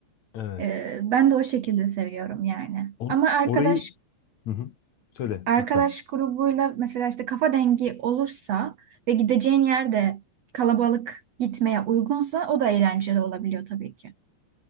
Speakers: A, on the left; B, on the right.
A: Evet.
B: Ee, ben de o şekilde seviyorum yani.
A: On,
B: Ama arkadaş
A: orayı Hı hı. söyle
B: arkadaş
A: lütfen.
B: grubuyla mesela işte kafa dengi olursa ve gideceğin yerde kalabalık gitmeye uygunsa o da eğlenceli olabiliyor tabii ki.